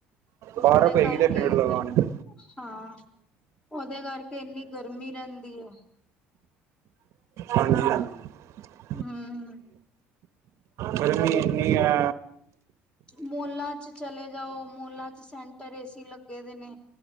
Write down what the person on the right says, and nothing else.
ਪਾਰਕ
ਹੋਏਗੀ
ਤੇ ਪੇੜ ਲਗਾਉਣਗੇ
ਹਜੀ, <inaudible>
ਗਰਮੀ ਇਨੀ ਆ